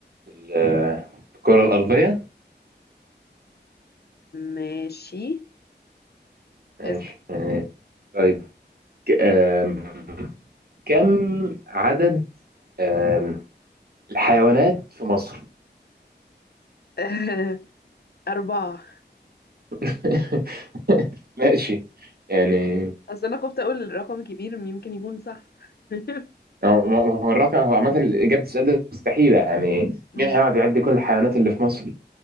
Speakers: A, on the right; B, on the left.
A: ال- آه، الكرة الأرضية
B: ماشي
A: ماشي
B: اس...
A: يعني طيب ك- آم، كم عدد آم، الحيوانات في مصر؟
B: <laughs> أربعة
A: <laughs> ماشي يعني
B: أصل أنا خفت أقول رقم كبير يمكن يكون صح <laughs>
A: هو هو هو الرقم هو عامة إجابة السؤال ده مستحيلة يعني
B: مم.
A: مين هيقعد يعد كل الحيوانات اللي في مصر؟